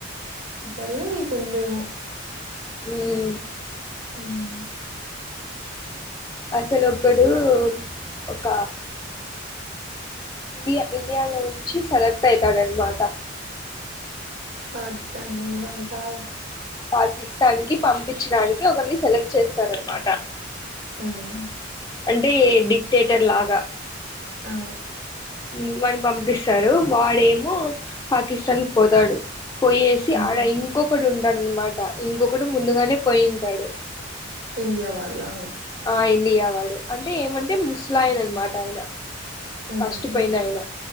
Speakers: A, on the right; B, on the left.
A: సర్లే మీకుందేమో
B: మ్మ్
A: మ్మ్
B: అసలొక్కడు ఒక ఇండియా ఇండియాలోంచి సెలెక్ట్ అయితాడన్మాట
A: పాకిస్తాన్ వాళ్ కా
B: పాకిస్తాన్ కి పంపించడానికి ఒకరిని సెలెక్ట్ చేస్తారన్నమాట
A: మ్మ్
B: అంటే డిక్టేటర్ లాగా
A: ఆ
B: మ్ వాని పంపిస్తారు వాడేమో పాకిస్తాన్ కి పోతాడు పోయేసి
A: ఉమ్
B: ఆడ ఇంకొకడు ఉంటాడన్నమాట ఇంకొకడు ముందుగానే పోయింటాడు
A: ఇండియా వాళ్లా
B: ఆ ఇండియా వాడు అంటే ఏమంటే ముస్లాయన అన్మాట ఆయన
A: ఉమ్
B: ఫస్ట్ పోయినయన